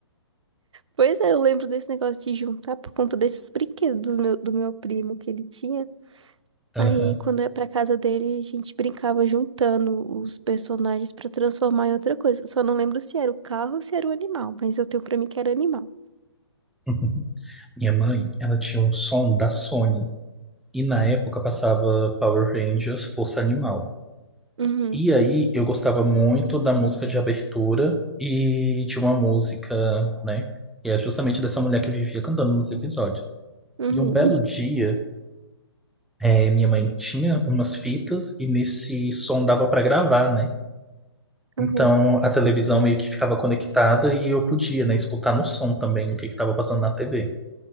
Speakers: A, on the right; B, in the centre.
A: Pois é, eu lembro desse negócio de juntar por conta desses brinquedos do meu, do meu primo que ele tinha.
B: <laughs>
A: Aí,
B: Aham.
A: quando eu ia pra casa dele, a gente brincava juntando os personagens pra transformar em outra coisa. Só não lembro se era o carro ou se era o animal, mas eu tenho pra mim que era animal.
B: <laughs> Minha mãe, ela tinha um som da Sony. E na época passava Power Rangers, Força Animal.
A: Uhum,
B: E aí eu gostava muito da música de abertura e de uma música, né? e é justamente dessa mulher que eu vivia cantando nos episódios.
A: uhum,
B: E um belo dia, eh, minha mãe tinha umas fitas e nesse som dava para gravar, né? Então
A: uhum,
B: a televisão meio que ficava conectada e eu podia, né, escutar no som também o que que estava passando na TV.